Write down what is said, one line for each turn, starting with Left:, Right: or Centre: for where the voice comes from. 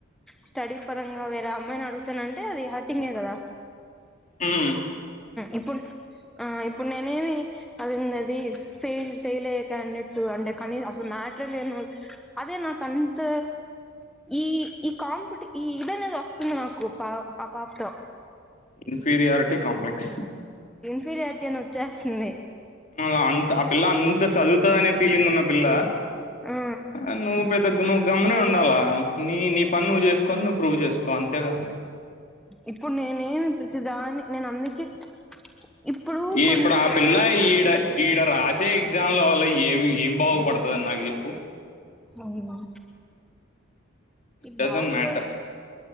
Centre: స్టడీ పరంగా వేరే అమ్మాయిని అడుగుతానంటే అది హర్టింగే కదా
Left: హ
Centre: ఇప్పుడు ఆ ఇప్పుడు నేనేమి అదిందిది ఫెయిల్ ఫెయిల్ అయ్యే క్యాండేట్స్ అంటే కనీ అసలు మ్యాటర్ లేను అదే నాకు అంత ఈ ఈ కాంపిటి ఈ ఇద అనేది వస్తుంది నాకు పా ఆ పాపతో
Left: ఇన్ఫీరియర్ కాంప్లెక్స్
Centre: ఫిర్యాదు చెయ్యన్ వచ్చేస్తుంది
Left: మ అంత ఆ పిల్ల అంత చదువుత దనే ఫీలింగ్ ఉన్న పిల్ల
Centre: ఆ
Left: ఆ నువ్వు పెద్ద నువ్వు గమ్మునే ఉండాలా నీ నీ పని నువ్వు చేసుకోని నువ్వు ప్రూవ్ చేసుకో అంతేగా
Centre: ఇప్పుడు నేనేమి ప్రతి దాని నేన్ అందుకే ఇప్పుడు
Left: ఈ
Centre: కొన్ని
Left: ఇప్పుడు ఆ పిల్ల ఈడ ఈడ రాసే ఎఎగ్జామ్ ల వల్ల ఏమి ఏం బాగు పడుతది అన్ నాకు చెప్పు
Centre: అవును ఇ
Left: డజంట్
Centre: బావుపడ్
Left: మ్యాటర్